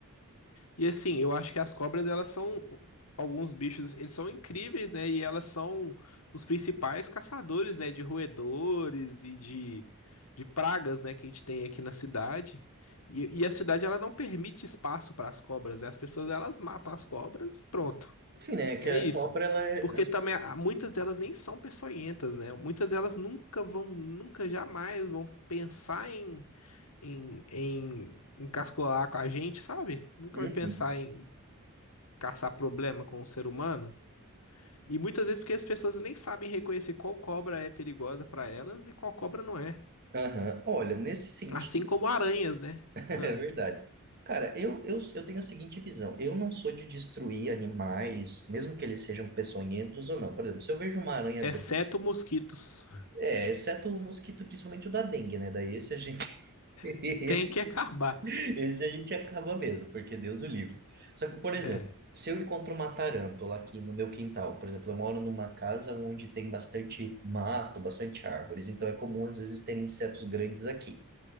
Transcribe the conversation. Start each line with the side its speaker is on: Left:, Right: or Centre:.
Left: E assim, eu acho que as cobras, elas são alguns bichos, eles são incríveis, né? E elas são os principais caçadores, né? De roedores e de, de pragas, né? Que a gente tem aqui na cidade. E, e a cidade, ela não permite espaço para as cobras, né? As pessoas, elas matam as cobras e pronto.
Right: Assim, né? É Que
Left: É
Right: a
Left: isso.
Right: cobra, ela é.
Left: Porque também ah, muitas delas nem são peçonhentas, né? Muitas delas nunca vão, nunca jamais vão pensar em, em, em encascolar com a gente, sabe? Nunca
Right: Uhum.
Left: vai pensar em caçar problema com o ser humano. E muitas vezes porque as pessoas nem sabem reconhecer qual cobra é perigosa para elas e qual cobra não é.
Right: Aham. Olha, nesse sentido,
Left: Assim como aranhas, né?
Right: <laughs> é
Left: Ah,
Right: verdade. Cara, eu, eu, eu tenho a seguinte visão. Eu não sou de destruir animais, mesmo que eles sejam peçonhentos ou não. Por exemplo, se eu vejo uma aranha
Left: exceto
Right: grande,
Left: mosquitos.
Right: é, exceto o mosquito, principalmente o da dengue, né? Daí esse a gente, <laughs> esse,
Left: <laughs> Tem que acabar.
Right: esse a gente acaba mesmo, porque Deus o livre. Só que, por
Left: É.
Right: exemplo, se eu encontro uma tarântula aqui no meu quintal, por exemplo, eu moro numa casa onde tem bastante mato, bastante árvores, então é comum às vezes ter insetos grandes aqui.